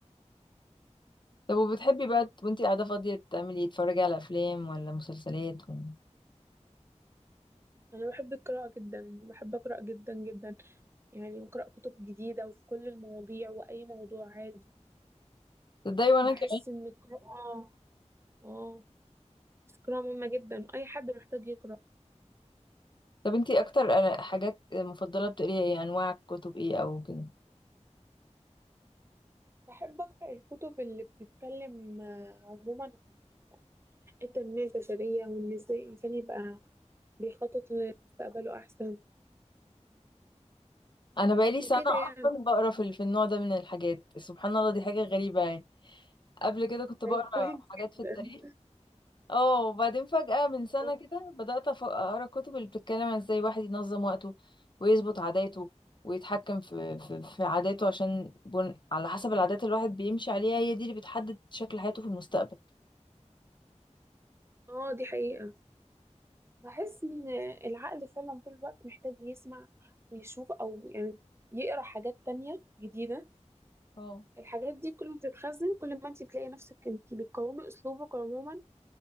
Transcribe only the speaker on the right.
أنا بحب القراءة جدا بحب أقرأ جدا جدا يعني بقرأ كتب جديدة وفي كل المواضيع وأي موضوع عادي
بحس
إن القراءة آه بس القراءة مهمة جدا أي حد محتاج يقرأ
بحب أقرأ الكتب اللي بتتكلم آه، عموما عن التنمية البشرية وإن إزاي الإنسان يبقى بيخطط لمستقبله أحسن
وكده
يعني
طيب
<laughs> كويس
جدا
آه
آه، دي حقيقة بحس ان العقل فعلا طول الوقت محتاج يسمع ويشوف او يعني يقرا حاجات تانية جديدة
الحاجات دي كل ما تتخزن كل ما انت تلاقي نفسك انت بتقاومي اسلوبك عموما